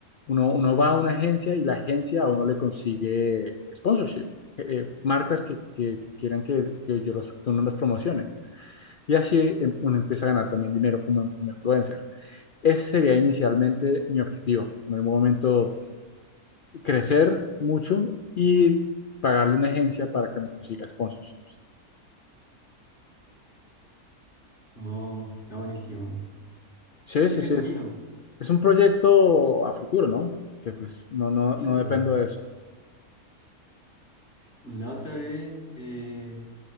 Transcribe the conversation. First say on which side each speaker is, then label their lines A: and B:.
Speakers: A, on the left (about 75°); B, on the left (about 35°).
A: uno, uno va a una agencia y la agencia a uno le consigue sponsorships, eh, eh, marcas que, que- que quieran que, que yo los, que uno las promocione y así em- uno empieza a ganar también dinero como, como influencer. Ese sería inicialmente mi objetivo, en algún momento crecer mucho y pagarle una agencia para que me consiga sponsorships.
B: Oh, está buenísimo.
A: Sí,
B: Qué
A: sí,
B: entretenido.
A: sí, es, es un proyecto a futuro, ¿no? Que pues no, no,
B: Claro.
A: no dependo de eso.
B: La otra vez, eh,